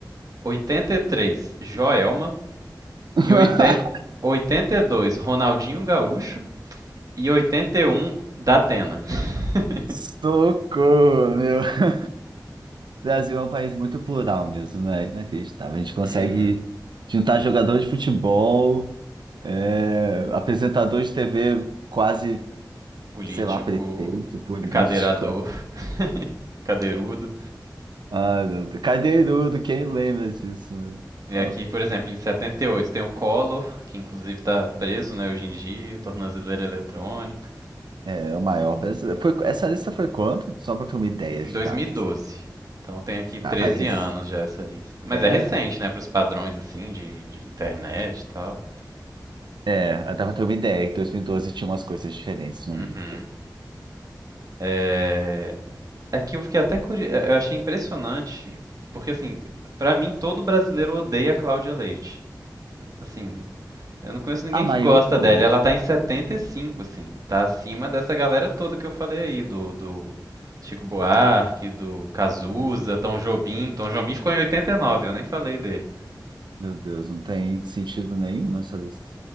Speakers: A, on the right (about 55°); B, on the right (about 90°).
A: 83, Joelma.
B: <laughs>
A: E 80... 82, Ronaldinho Gaúcho. e 81 da Atena. <laughs>
B: Socorro, meu. O Brasil é um país muito plural mesmo, né? Inacreditável. A gente consegue
A: Uhum.
B: juntar jogador de futebol, é, apresentador de TV, quase,
A: Político,
B: sei lá, prefeito, político.
A: cadeirador,
B: <laughs>
A: <laughs> cadeirudo.
B: Ah, meu Deus. Cadeirudo, quem lembra disso? né?
A: E
B: Nossa.
A: aqui, por exemplo, em 78 tem o Collor, que inclusive está preso né, hoje em dia, tornozeleira eletrônica.
B: É o maior brasileiro. Foi, essa lista foi quanto? Só para ter uma ideia
A: Em
B: de
A: dois
B: datas.
A: mil e doze. Então tem aqui treze
B: Tá, vai. res-
A: anos já essa lista. Mas
B: É,
A: é recente, né, para os padrões assim de, de internet e tal.
B: é, dá pra ter uma ideia. Em 2012 tinha umas coisas diferentes no
A: Uhum.
B: mundo.
A: É, É que eu fiquei até curioso, eu achei impressionante, porque assim, pra mim todo brasileiro odeia a Cláudia Leite. Assim, eu não conheço ninguém
B: A maioria,
A: que gosta dela, e ela tá em 75, assim, tá acima dessa galera toda que eu falei aí, do, do Chico Buarque, do Cazuza, Tom Jobim. Tom Jobim ficou em 89, eu nem falei dele.
B: meu Deus, não tem sentido nenhum nessa lista.